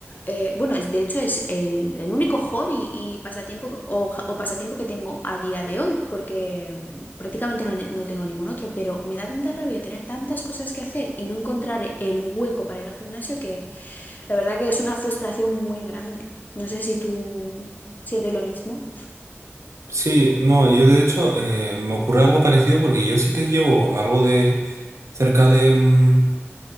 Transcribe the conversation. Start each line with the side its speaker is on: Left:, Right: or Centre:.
Left: eh, bueno, es, de hecho es el, el único hobby y pasatiempo o, ja- o pasatiempo que tengo a día de hoy, porque mm, prácticamente no, no tengo ningún otro, pero me da tanta rabia tener tantas cosas que hacer y no encontrar el hueco para ir al gimnasio que la verdad que es una frustración muy grande. No sé si tú sientes lo mismo.
Right: Sí, no, yo de hecho eh, me ocurre algo parecido porque yo sí que llevo algo de cerca de mm,